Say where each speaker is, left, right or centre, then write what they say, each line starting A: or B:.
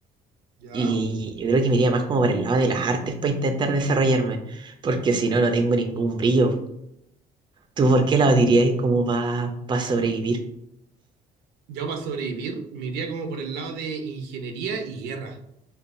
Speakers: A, on the right; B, on the right.
A: Ya.
B: Y yo creo que me iría más como por el lado de las artes para intentar desarrollarme, porque si no, no tengo ningún brillo. ¿Tú por qué la dirías como para sobrevivir?
A: Yo para sobrevivir me iría como por el lado de ingeniería y guerra.